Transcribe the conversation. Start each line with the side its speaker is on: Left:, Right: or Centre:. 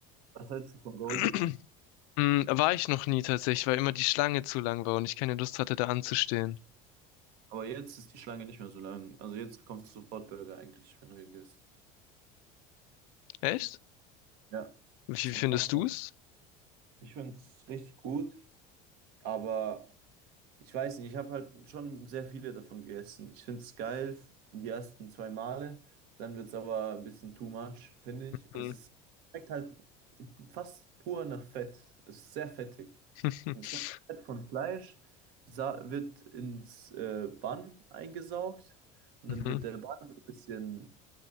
Right: Was hältst du von Goldies?
Left: <clears throat> Hm, war ich noch nie tatsächlich, weil immer die Schlange zu lang war und ich keine Lust hatte, da anzustehen.
Right: Aber jetzt ist die Schlange nicht mehr so lang. Also jetzt bekommst du sofort Burger eigentlich, wenn du hingehst.
Left: Echt?
Right: Ja,
Left: Wie
Right: es
Left: wie
Right: gibt
Left: findest
Right: fast keine.
Left: du's?
Right: Ich finde es richtig gut, aber Ich weiß nicht, ich habe halt schon sehr viele davon gegessen. Ich finde es geil die ersten zwei Male, dann wird es aber ein bisschen too much, finde ich.
Left: Hm.
Right: Es ist, schmeckt halt fast pur nach Fett. Es ist sehr fettig.
Left: <laughs>
Right: Das ganze Fett von Fleisch sa- wird ins äh, Bun eingesaugt und
Left: Mhm,
Right: dann wird der Bun so ein bisschen,